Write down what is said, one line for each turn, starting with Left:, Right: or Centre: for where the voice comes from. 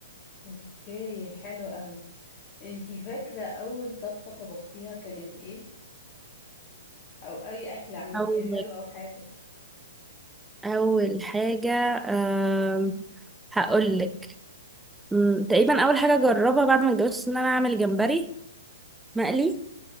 Left: اوكي حلو قوي انتي فاكره اول طبخه طبختيها كانت ايه او اي اكله عملتيها
Centre: أول
Left: حلو او حادق
Centre: اول حاجه أم... هقول لك تقريبا اول حاجه جربها بعد ما اتجوزت ان انا اعمل جمبري مقلي